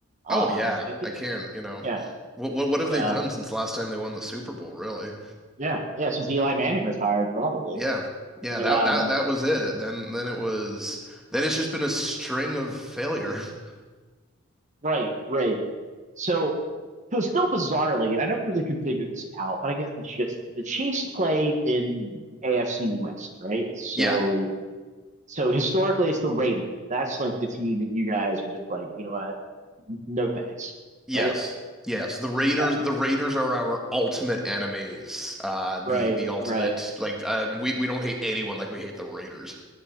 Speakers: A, on the right (about 35°); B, in the centre.
A: Um,
B: Oh yeah,
A: so I think
B: I can't, you know,
A: yeah,
B: what what what have
A: yeah,
B: they done since last time they won the Super Bowl, really?
A: yeah, yeah. Since Eli Manning retired, probably.
B: Yeah. Yeah,
A: But
B: that
A: um,
B: that that was it. Then then it was then it's just been a string of failure. <laughs>
A: right, right. So so still bizarrely, and I never really could figure this out. But I guess it's just the Chiefs play in AFC West, right? So
B: Yeah.
A: so historically it's the Raiders. That's like the team that you guys are just like, you know what? No thanks.
B: Yes.
A: Right?
B: Yes. The Raiders
A: Yeah.
B: the Raiders are our ultimate enemies. Uh the
A: Right,
B: the ultimate
A: right.
B: like uh, we we don't hate anyone like we hate the Raiders.